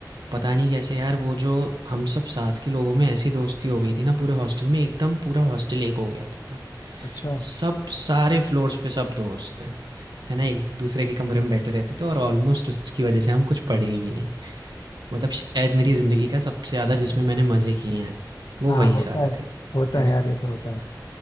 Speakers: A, on the right; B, on the left.
A: पता नहीं कैसे यार वो जो हम सब साथ के लोगों में ऐसी दोस्ती हो गई थी ना पूरे हॉस्टल में एकदम पूरा हॉस्टल एक हो गया था।
B: अच्छा
A: सब सारे फ्लोर्स पे सब दोस्त हैं। है ना एक दूसरे के कमरे में बैठे रहते थे और ऑलमोस्ट उसकी वजह से हम कुछ पढ़े भी नहीं। मतलब शायद मेरी ज़िंदगी का सबसे ज़्यादा जिसमें मैंने मज़े किए हैं वो
B: हाँ
A: वही
B: होता
A: साल
B: है
A: थे।
B: होता
A: है
B: है
A: ना?
B: यार ये तो होता है